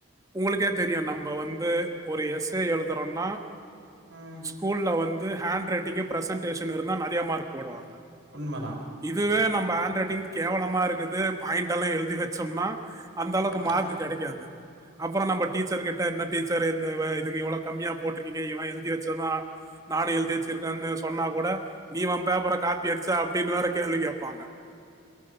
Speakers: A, on the right; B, on the right.
A: உங்களுக்கே தெரியும் நம்ம வந்து ஒரு எஸ் ஏ எழுதுறோன்னா
B: ம்.
A: ஸ்கூல்ல வந் து ஹேண்ட் ரைட்டிங்கு ப்ரசன்டேஷன் இருந்தால நெறைய மார்க் போடுவாங்க
B: உண்மதான்.
A: இதுவே நம் ப்ப ஹேண்ட் ரைட்டிங் கேவலமா இருக்குது பாயிண்ட் எல்லாம் எழுதி வச்சோம்னா அந்த அளவுக்கு
B: ம்ஹ்ம்.
A: மார்க்கு கிடைக்காது அப்புறம்
B: ம்.
A: நம்ம டீச்சர் கிட்ட என்ன டீச்சர் எந்த வ இதுக் இவ்ளோ கம்மியா போட்டுருக்கீங்க எனா எழுதி வச்சோன்னா நானும் எழுத்தி வச்சுருக்கன்னு சொன்னா கூட நீ இவம் பேப்ர காப்பி அடிச்சா அப்டின்னு வேற கேள்வி கேப்பாங்க